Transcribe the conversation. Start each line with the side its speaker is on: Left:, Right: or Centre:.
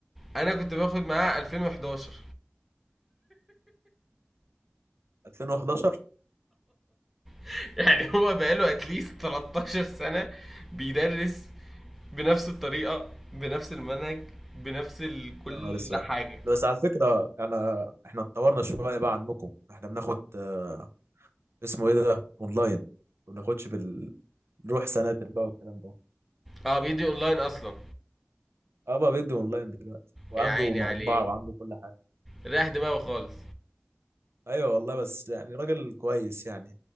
Centre: أنا كنت باخد معاه 2011
Right: 2011
Centre: <laughs> يعني هو بقاله اتليست 13 سنة بيدرس بنفس الطريقة بنفس المنهج بنفس ال- كل
Right: يا نهار اسود
Centre: حاجة
Right: بس على فكرة انا احنا اتطورنا شوية بقى عنكم احنا بناخد آه، اسمه ايه ده اونلاين ما بناخدش بالروح سناتر بقى والكلام ده
Centre: اه بيدي اونلاين اصلا
Right: اه بقى بيدي اونلاين دلوقتي وعنده
Centre: يا عيني
Right: مطبعة
Centre: عليه
Right: وعنده كل حاجة
Centre: رايح دماغه خالص
Right: ايوه والله بس يعني راجل كويس يعني